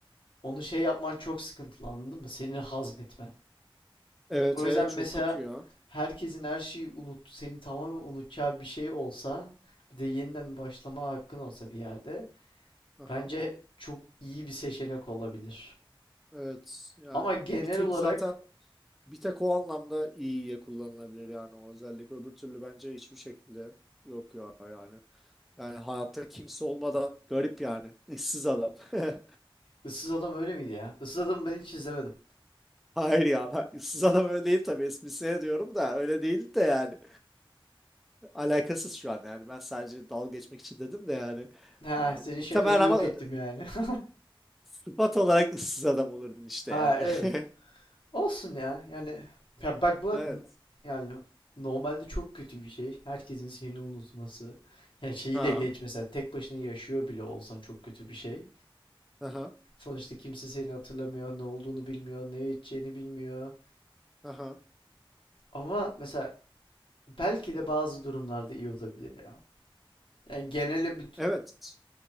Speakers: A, on the left; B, in the centre.
A: onu şey yapman çok sıkıntılı anladın mı? Senin hazmetmen.
B: Evet
A: O
B: evet
A: yüzden mesela
B: çok kötü ya.
A: herkesin her şeyi unut, seni tamamen unutacağı bir şey olsa, bir de yeniden başlama hakkın olsa bir yerde,
B: Aha.
A: bence çok iyi bir seçenek olabilir.
B: Evet yani
A: Ama genel
B: bir tek
A: olarak
B: zaten bir tek o anlamda iyiye kullanılabilir yani o özellik. Öbür türlü bence hiçbir şekilde yok ya yani. Yani hayatta kimse olmadan garip yani. Issız adam. <laughs>
A: Issız Adam öyle miydi ya? Issız Adam'ı ben hiç izlemedim.
B: Hayır ya ben ıssız adam öyle değil tabii esprisine diyorum da öyle değil de yani. alakasız şu an yani. Ben sadece dalga geçmek için dedim de yani.
A: Ha,
B: Ya,
A: senin
B: muhtemelen
A: şakanı yok
B: ama
A: ettim yani. <laughs>
B: sıfat olarak ıssız adam olurdun işte
A: Ha,
B: yani.
A: evet.
B: <laughs>
A: Olsun ya. Yani ya bak bu
B: Evet.
A: n- yani normalde çok kötü bir şey. Herkesin seni unutması. Yani şeyi
B: Ha.
A: de geç mesela tek başına yaşıyor bile olsan çok kötü bir şey.
B: Aha.
A: Sonuçta kimse seni hatırlamıyor, ne olduğunu bilmiyor, ne içeceğini bilmiyor.
B: Aha.
A: Ama mesela belki de bazı durumlarda iyi olabilir ya. Yani genele bir,
B: Evet.